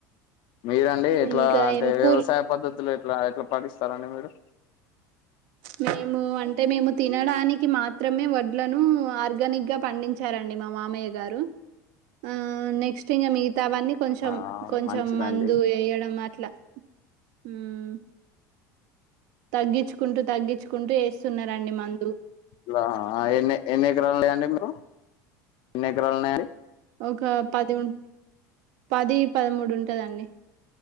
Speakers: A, on the left; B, on the right.
A: మీరండి ఎట్లా
B: ఇంకా
A: అంటే
B: ఏం
A: వ్యవసాయ
B: కూల్
A: పద్ధతులు ఎట్లా ఎట్లా పాటిస్తారండి మీరు.
B: మేము అంటే మేము తినడానికి మాత్రమే వడ్లను. ఆర్గానిక్గ పండించరండి మ మామయ్య గారు ఆహ్ నెక్స్ట్ ఇంకా మి. అవన్నీ కొంచెం
A: ఆ
B: కొంచెం
A: మంచిదండి
B: మందు వేయడం అట్లా ఉమ్. తగ్గించుకుంటూ తగ్గించుకుంటూ వేస్తున్నారండి మంద్.
A: లా ఎన్ని ఎన్ని ఎకరాలున్నాయండి మీకు ఎన్ని ఎకరాలున్నాయండి.
B: ఒక పది ఉన్ పది పదమూడు ఉంటదండి.